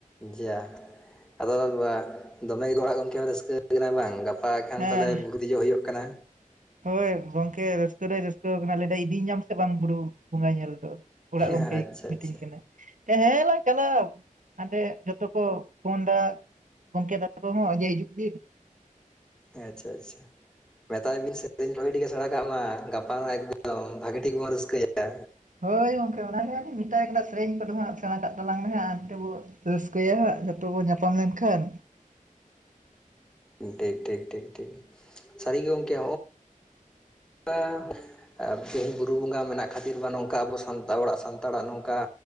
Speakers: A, in the centre; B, on the right.
A: ᱡᱟ ᱟᱫᱚ ᱫᱚᱢᱮᱜ ᱜᱮ ᱚᱲᱟᱜ ᱜᱚᱢᱠᱮ ᱦᱚᱸ ᱨᱟᱹᱥᱠᱟᱹ ᱠᱟᱱᱟ ᱵᱟᱝ ᱜᱟᱯᱟ ᱜᱟᱯᱟ ᱠᱷᱟᱱ
B: ᱦᱮᱸ
A: ᱛᱟᱦᱚᱞᱮ ᱵᱩᱨᱩ ᱫᱮᱡᱚᱜ ᱦᱩᱭᱩᱜ ᱠᱟᱱᱟ
B: ᱦᱳᱭ ᱜᱚᱝᱠᱮ ᱨᱟᱹᱥᱠᱟᱹ ᱫᱚᱭ ᱨᱟᱹᱥᱠᱟᱹᱣ ᱠᱟᱱᱟ ᱞᱟᱹᱭ ᱫᱟᱭ ᱤᱫᱤ ᱧᱟᱢ ᱥᱮ ᱵᱟᱝ ᱵᱩᱨᱩ ᱵᱚᱸᱜᱟ ᱧᱮᱞ ᱫᱚ ᱚᱲᱟᱜ
A: ᱟᱪᱪᱷᱟ
B: ᱜᱚᱝᱠᱮ ᱢᱤᱛᱟᱹᱧ
A: ᱟᱪᱪᱷᱟ
B: ᱠᱟᱱᱟ ᱦᱮᱸ ᱞᱟᱝ ᱪᱟᱞᱟᱣ ᱦᱟᱸᱰᱮ ᱡᱷᱚᱛᱚ ᱠᱚ ᱯᱷᱳᱱ ᱮᱫᱟ ᱜᱚᱝᱠᱮ ᱫᱟᱠᱟ ᱠᱚ ᱦᱚᱸ ᱟᱜᱮ ᱦᱤᱡᱩᱜ ᱵᱤᱱ
A: ᱦᱮᱸ ᱟᱪᱪᱷᱟ ᱟᱪᱪᱷᱟ ᱢᱮᱛᱟᱭ ᱵᱤᱱ ᱥᱮᱨᱮᱧ ᱵᱷᱟᱹᱜᱤ ᱴᱷᱤᱠᱮ ᱥᱮᱬᱟ ᱠᱟᱜ ᱢᱟ ᱜᱟᱯᱟ ᱮᱠᱫᱚᱢ ᱵᱷᱟᱹᱜᱤ ᱴᱷᱤᱠ ᱵᱚᱱ ᱨᱟᱹᱥᱠᱟᱹᱭᱟ
B: ᱦᱳᱭ ᱜᱚᱝᱠᱮ ᱚᱱᱟᱜᱮ ᱞᱤᱧ ᱢᱮᱛᱟᱭ ᱠᱟᱱᱟ ᱥᱮᱨᱮᱧ ᱠᱚᱫᱚ ᱦᱟᱸᱜ ᱥᱮᱬᱟ ᱠᱟᱜ ᱛᱟᱞᱟᱝ ᱢᱮ ᱦᱟᱸᱜ ᱛᱮ ᱨᱟᱹᱥᱠᱟᱹᱭᱟ ᱦᱟᱸᱜ ᱡᱚᱛᱚ ᱵᱚᱱ ᱧᱟᱯᱟᱢ ᱞᱮᱱᱠᱷᱟᱱ
A: ᱴᱷᱤᱠ ᱴᱷᱤᱠ ᱴᱷᱤᱠ ᱴᱷᱤᱠ ᱥᱟᱹᱨᱤ ᱜᱚᱢᱠᱮ <unintelligible> ᱛᱮᱦᱮᱧ ᱵᱩᱨᱩ ᱵᱚᱸᱜᱟ ᱢᱮᱱᱟᱜ ᱠᱷᱟᱹᱛᱤᱨ ᱵᱟ ᱱᱚᱝᱠᱟ ᱟᱵᱚ ᱥᱟᱱᱛᱟᱲ ᱚᱲᱟᱜ ᱥᱟᱱᱛᱟᱲᱟᱜ ᱱᱚᱝᱠᱟ